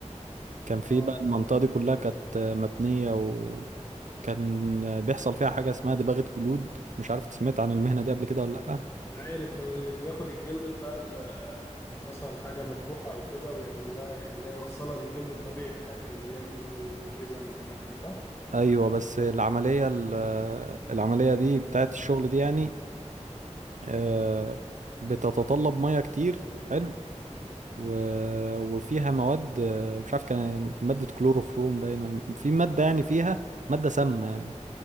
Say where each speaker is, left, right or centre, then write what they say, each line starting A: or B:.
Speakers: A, on the right; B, on the left.
A: كان
B: اه
A: في بقى المنطقه دي كلها كانت آه، مبنيه وكان آه، بيحصل فيها حاجه اسمها دباغه جلود مش عارف سمعت عن المهنه دي قبل كده ولا لا
B: عارف اللي بياخد الجلد بتاع ال- مثلا حاجة مذبوحة أو كده ويعمل لها يخليها يوصلها للجلد الطبيعي في الآخر اللي بيعمل منه الجزم والحاجات دي صح؟
A: ايوه بس العمليه ال- آه، العمليه دي بتاعت الشغل دي يعني آه، بتتطلب ميه كتير حلو و... وفيها مواد آه، مش عارف كان مادة كلوروفروم باين ولا في مادة يعني فيها مادة سامة يعني